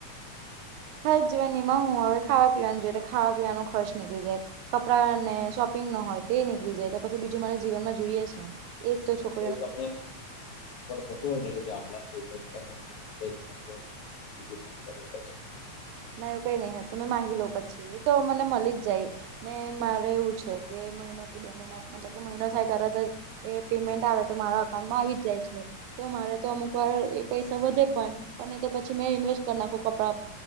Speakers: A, on the right; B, on the left.
A: થઈ જવા એમાં હું હવે ખાવા પીવાનું જોઈએ ખાવા પીવાનો ખર્ચ નીકળી જાય. કપડા ને શોપિંગ ન હોય તે નીકળી જાય તો પછી બીજું મને જીવનમાં જોઈએ શુ, એતો છોક
B: વું તમને થતું હોય ને કે ભઈ આટલા પૈસા <unintelligible> બીજું કામ કરવું પડશે.
A: ના એવુ કઈ નઈ હોય તમે માંગી લો પછી તો મને મલી જ જાય. ને મારે એવું છે કે મઇનો કે બે મઇના મતલબ કે મહિનો થાય તરત જ એ પેમેન્ટ આવે તો મારા અકાઉન્ટમાં આવી જ જાય છે. તો મારે તો અમુક વાર એ પૈસા વધે પન પણ એ તો પછી મે ઇન્વેસ્ટ કરી નાખુ કપડા